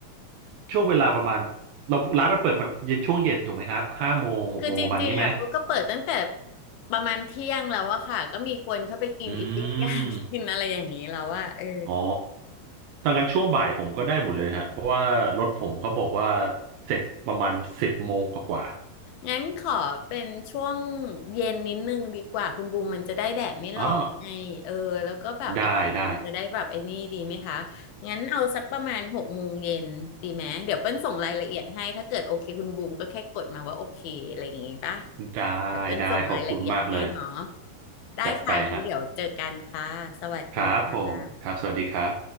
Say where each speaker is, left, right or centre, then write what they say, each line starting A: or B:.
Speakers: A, on the right; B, on the left.
A: ช่วงเวลาประมาณเราร้านมันเปิดเย็นช่วงเย็นถูกไหมฮะห้าโมงหกโมงประมาณนี้ไหม
B: คือจริงๆอ่ะเขาก็เปิดตั้งแต่ประมาณเที่ยงแล้วอะค่ะก็มีคนเข้าไปกินอีติ้งย่าง
A: อืม
B: <laughs> กินอะไรอย่างนี้แล้วอะเออ
A: อ๋อดังกันช่วงบ่ายผมก็ได้หมดเลยฮะเพราะว่ารถผมเขาบอกว่าเสร็จประมาณสิบโมงกว่า
B: งั้นขอเป็นช่วงเย็นนิดนึงดีกว่าคุณบูมมันจะได้แดดไม่ร้อนไงเออแล้วก็แบบอากาศมันจะได้แบบไอ้นี่ดีไหมคะ
A: ๆอ๋อได้ได้
B: งั้นเอาสักประมาณหกโมงเย็นดีไหมเดี๋ยวเปิ้ลส่งรายละเอียดให้ถ้าเกิดโอเคคุณบูมก็แค่กดมาว่าโอเคอะไรอย่างงี้ป่ะ
A: ได้
B: เดี๋ยวเปิ้ลส่งรายละเอียดให้เนาะ
A: ได้ขอบคุณมากเลย
B: ได้ค่ะงั้นเดี๋ยวเจอกันค่ะสวัสดีค่ะ
A: จัดไปฮะครับผมครับสวัสดีครับ